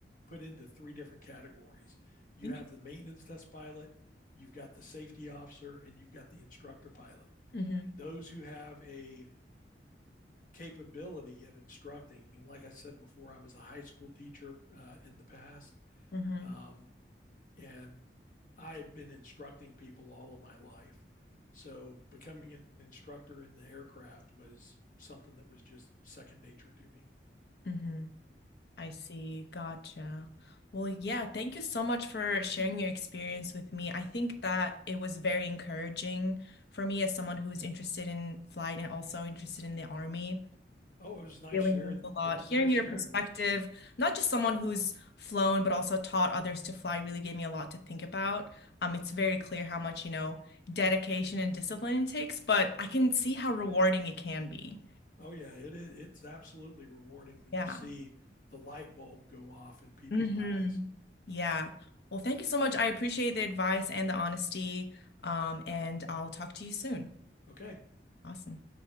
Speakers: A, on the left (about 50°); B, on the left (about 65°).
A: put into three different categories. You
B: Interesting.
A: have the maintenance test pilot, you've got the safety officer, and you've got the instructor pilot.
B: Mm-hmm.
A: Those who have a capability of instructing, and like I said before, I was a high school teacher uh, in the past.
B: Mm-hmm.
A: Um, and I had been instructing people all of my life. So becoming an instructor in the aircraft was something that was just second nature to me.
B: Mm-hmm. I see. Gotcha. Well, yeah, thank you so much for sharing your experience with me. I think that it was very encouraging for me as someone who is interested in flight and also interested in the army.
A: Oh, it was nice
B: Really
A: sharing.
B: means a lot.
A: It was
B: Hearing
A: nice
B: your
A: sharing
B: perspective,
A: with you.
B: not just someone who's flown, but also taught others to fly, really gave me a lot to think about. Um, it's very clear how much, you know, dedication and discipline it takes, but I can see how rewarding it can be.
A: Oh yeah, it is. It's absolutely rewarding when
B: Yeah.
A: you see the light bulb go off in people's
B: hmm
A: eyes.
B: Yeah. Well, thank you so much. I appreciate the advice and the honesty. Um, and I'll talk to you soon.
A: Okay,
B: Awesome.